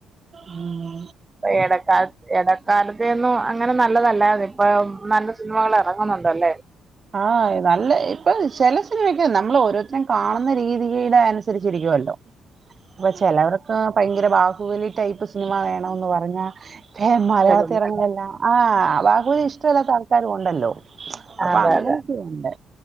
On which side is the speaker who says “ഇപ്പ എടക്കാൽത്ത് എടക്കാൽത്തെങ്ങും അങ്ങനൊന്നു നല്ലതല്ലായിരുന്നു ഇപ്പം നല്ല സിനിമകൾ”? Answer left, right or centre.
Right